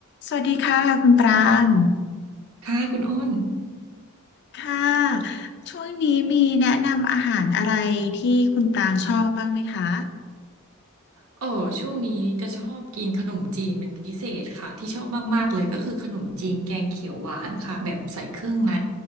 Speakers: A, on the left; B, on the right.
A: สวัสดีค่ะคุณปราง
B: ค่ะคุณอ้น
A: ค่ะ ช่วงนี้มีแนะนำอาหารอะไรที่คุณปรางชอบบ้างไหมคะ
B: โอ้ช่วงนี้จะชอบกินขนมจีนเป็นพิเศษค่ะที่ชอบมากๆเลยก็คือขนมจีนแกงเขียวหวานค่ะแบบใส่เครื่องใน